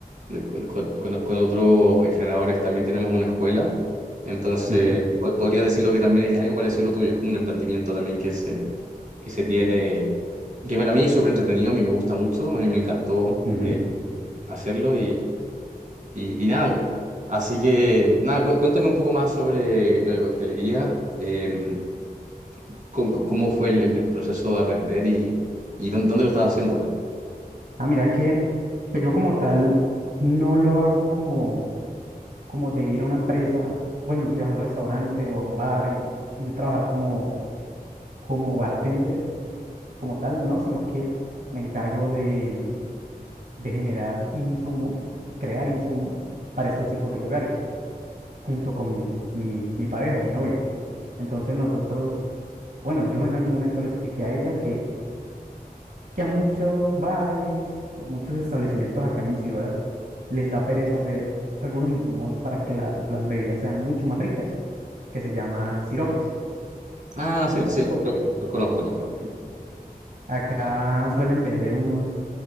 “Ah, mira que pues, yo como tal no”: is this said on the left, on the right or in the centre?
Right